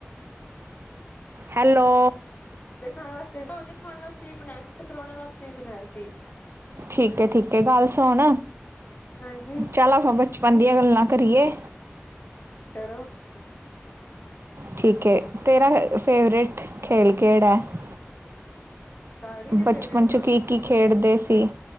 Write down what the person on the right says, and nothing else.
ਹੈਲੋ
ਠੀਕ ਹੈ ਠੀਕ ਹੈ ਗੱਲ ਸੁਣ,
ਚੱਲ ਬ ਕੁਛ ਮਨ ਦੀਆਂ ਗੱਲਾਂ ਕਰਿਏ
ਠੀਕ ਹੈ ਤੇਰਾ ਫੇਵਰੇਟ ਖੇਲ ਕਿਹੜਾ ਹੈ
ਬਚਪਨ ਚ
ਕੀ ਕੀ ਖੇਡਦੇ ਸੀ,